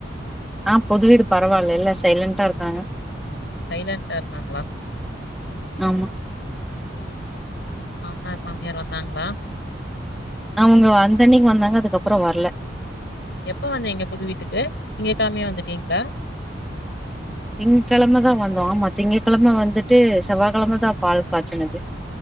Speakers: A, in the centre; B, on the left.
A: ஆ. புது வீடு பரவால்ல எல்லா சைலண்டா இருக்காங்க
B: சைலண்ட்டா இருக்காங்களா
A: ஆமா
B: ம் மாமனார் மாமியார் வந்தாங்களா
A: அவங்க வந்தன்னக்கி வந்தாங்க அதுக்கப்பறோ வரல
B: எப்ப வந்தீங்க புது வீட்டுக்கு திங்க கெழமையே வந்துட்டீங்களா
A: திங்க்கிழம தா வந்தோ ஆமா திங்ககிழம வந்துட்டு செவ்வாகெழமதா பால் காச்சுனது